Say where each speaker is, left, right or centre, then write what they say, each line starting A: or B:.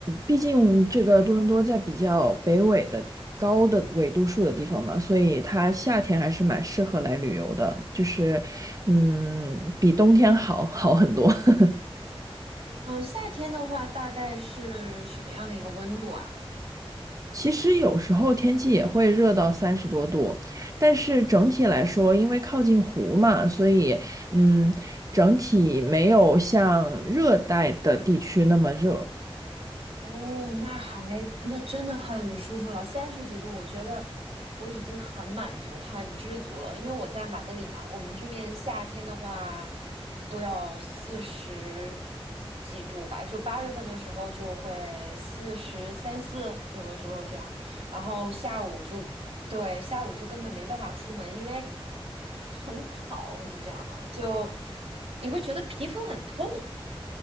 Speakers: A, on the right; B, on the right.
A: 毕竟这个多伦多在比较北纬的高的纬度数的地方嘛，所以它夏天还是蛮适合来旅游的，就是，嗯，比冬天好 <laughs> 好很多。<laughs>
B: 嗯，夏天的话大概是什么样的一个温度啊？
A: 其实有时候天气也会热到三十多度，但是整体来说，因为靠近湖嘛，所以嗯，整体没有像热带的地区那么热。
B: 哦，那还那真的很舒服了，三十几度，我觉得我已经很满足、很知足了。因为我在马德里嘛，我们这边夏天的话都要四十几度吧，就八月份的时候就会四十三四，有的时候这样。然后下午就对，下午就根本没办法出门，因为很烤，你知道吗？就你会觉得皮肤很痛。